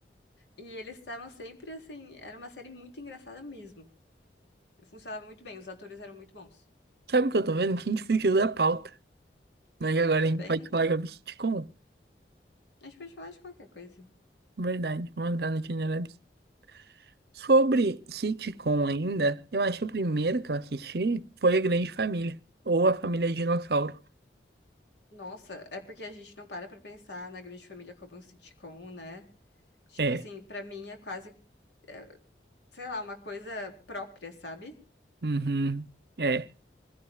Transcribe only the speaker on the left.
E eles estavam sempre assim. Era uma série muito engraçada mesmo. Funcionava muito bem, os atores eram muito bons.
Tudo
bem,
a gente pode falar de qualquer coisa.
Nossa, é porque a gente não para pra pensar na Grande Família como um sitcom, né? Tipo
assim, pra mim é quase, é, sei lá, uma coisa própria, sabe?